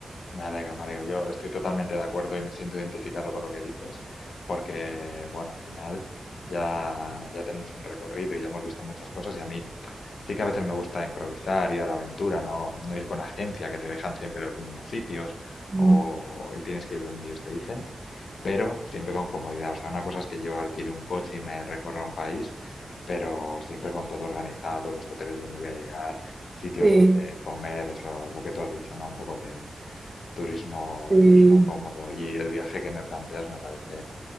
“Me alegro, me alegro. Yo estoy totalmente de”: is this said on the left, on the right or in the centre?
Left